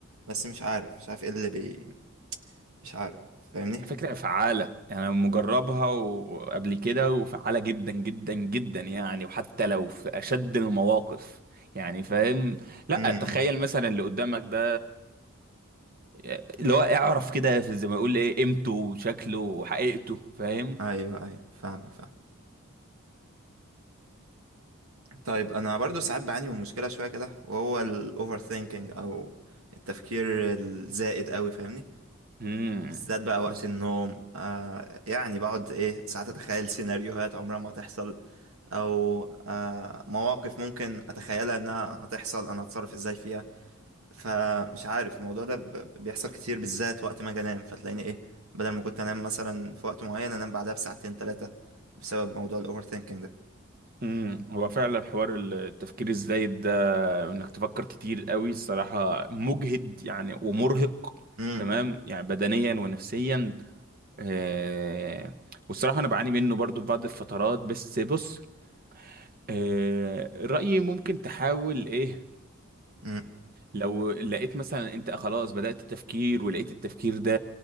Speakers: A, on the right; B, on the right.
A: بس مش عارف مش عارف ايه اللي بي مش عارف فاهمني
B: فكرة فعالة يعني أنا مجربها وقبل كده وفعالة جدا جدا جدا يعني وحتى لو في أشد المواقف يعني فاهم لا
A: امم
B: تخيل مثلا اللي قدامك ده آه، اللي هو اعرف كده زي ما يقول ايه قيمته وشكله وحقيقته فاهم
A: ايوه ايوه فاهمك فاهم طيب انا برضو ساعات بعاني من مشكله شويه كده وهو الاوفر ثينكينج او التفكير الزائد قوي فاهمني
B: امم
A: بالذات بقى وقت
B: بس
A: النوم آه يعني بقعد ايه ساعات اتخيل سيناريوهات عمرها ما هتحصل او آه مواقف ممكن اتخيلها انها هتحصل انا هتصرف ازاي فيها فمش عارف الموضوع ده ب- بيحصل كتير بالذات وقت ما اجي انام فتلاقيني ايه بدل ما كنت انام مثلا في وقت معين انام بعدها بساعتين ثلاثة بسبب موضوع الاوفر ثينكينج ده
B: امم هو فعلا حوار التفكير الزايد ده وانك تفكر كتير قوي الصراحة مجهد يعني ومرهق
A: امم
B: تمام يعني بدنيا ونفسيا آه، والصراحة أنا بعاني منه برضو في بعض الفترات بس بص آه، رأيي ممكن تحاول إيه
A: امم
B: لو لقيت مثلا أنت خلاص بدأت التفكير ولقيت التفكير ده